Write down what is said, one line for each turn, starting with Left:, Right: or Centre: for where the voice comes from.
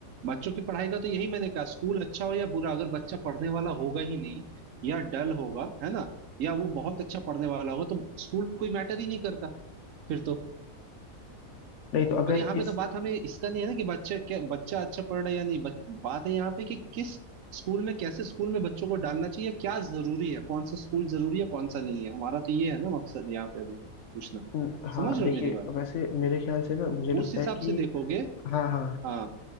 Right: बच्चों की पढ़ाई का तो यही मैंने कहा स्कूल अच्छा हो या बुरा अगर बच्चा पढ़ने वाला होगा ही नहीं या डल होगा है ना या वो बहुत अच्छा पढ़ने वाला होगा तो स्कूल कोई मैटर ही नहीं करता फिर तो
Left: नहीं तो अगर
Right: पर यहाँ
Left: इस
Right: पे तो बात हमें इसका नहीं है ना कि बच्चा क्या बच्चा अच्छा पढ़ रहा है या नहीं बच, बात है यहाँ पे कि किस स्कूल में कैसे स्कूल में बच्चों को डालना चाहिए क्या जरूरी है कौन सा स्कूल जरूरी है कौन सा नहीं है हमारा तो ये है ना मकसद यहाँ पे अभी पूछना
Left: न- हाँ
Right: समझ रहे
Left: देखिए
Right: हो मेरी बात
Left: वैसे मेरे ख्याल से ना मुझे लगता
Right: उस हिसाब
Left: है कि
Right: से देखोगे
Left: हाँ हाँ
Right: हाँ